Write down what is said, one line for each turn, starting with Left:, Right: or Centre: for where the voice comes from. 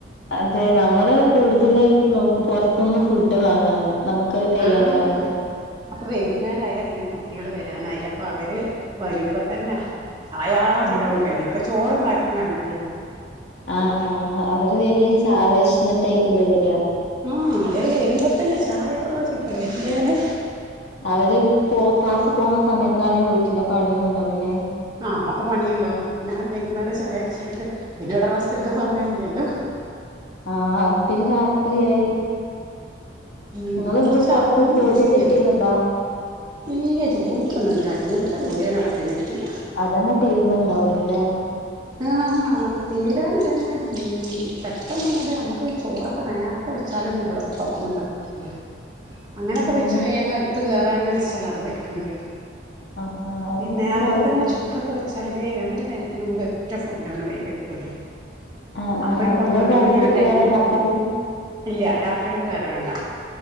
Left: അതെ നമ്മള് കൂടുതലായിട്ട്നോക്കു പൊറത്‌ന്ന് ഫുഡ് വാങ്ങാന്ന്. നമുക്കത് കയ്യാണ്ടാവുമ്പോ
Right: ആഹ് അപ്പൊ വൈകുന്നേരായ പിന്നെ കുട്ട്യാള് വരാനായ അപ്പൊ അവര് വരുമ്പതന്നെ ചായച്ച്ട്ടാവുംപെരേത്തെ
Left: അതെ
Right: ചോറൊന്നാർ വേണ്ടല്ലൊ
Left: ആഹ് ആഹ് അവര് വരേം ച വെശന്ന്ട്ടായ്ക്കല്ലവര
Right: ആഹ് അവര് വരുമ്പതന്നെ ചായാ ച്ച്ട്ടാ വര്ന്റെനെ
Left: അവര് പോ ക്ലാസിപ്പൊവ്ന്ന സമയത്താണെ വീട്ടിലെ പണിംണ്ടാവുലേ
Right: ആഹ് അപ്പൊ പണീംണ്ടാവും പിന്നെ വൈകുന്നേരം ചായൊട്ചീട്ട് പിന്നെവ്ടെറെസ്റ്റെട്ക്കാസമയില്ലലോ
Left: ആഹ്അപ് പിന്നെ രാത്രിയായി.
Right: ഉം
Left: നിങ്ങള്
Right: കൊറച്ചവോളം
Left: പൊറത്ത് ജോലി
Right: ബിസ്സിയാവും
Left: എന്തേം ചെയ്യുന്നുണ്ടോ
Right: ഇല്ല്യ ജോലിക്കൊന്നൂല്യ വീട്ട്ത്തെ- <unintelligible>
Left: അതന്നെതീര്ന്ന്ണ്ടാവ് ല ല്ലെ..
Right: ആഹ് അത് തീരാന് തന്നെ മ്... പെട്ടെന്ന്ങ്ട് അമ്മ്ക്ക്ചോറൊക്കെനേർത്തെവെച്ചാലൊന്നും ഇബടെ പ <unintelligible> അങ്ങനക്കെവെച്ച്
Left: അങ്ങനെ
Right: വേഗം അഗ്ത്ത് കേറാന് ന്ന് വെച്ചാലത് പറ്റൂല്ല്യാ...
Left: ആഹ് ആഹ് അങ്ങനെയൊക്കെ
Right: ഇ നേർച്ചക്കുള്ള
Left: ആവുമ്പോ
Right: ചോറൊക്കെയോ രണ്ടുനേരത്തിനുംകൂടെ ഒറ്റഫുഡാണ് വെയ് വെക്കല്.
Left: ആഹ് ആഹ്
Right: അപ്പൊരു
Left: ആഹ്
Right: പന്ത്രണ്ടുമണി
Left: നിങ്ങൾ രാത്രി
Right: അ ടൈമൊക്കാവുമ്പോ
Left: വേറെ ഇണ്ടാക്കലില്ല
Right: ഇല്ല്യ രാത്രിക്കക്ക് വേറെവേണ്ട.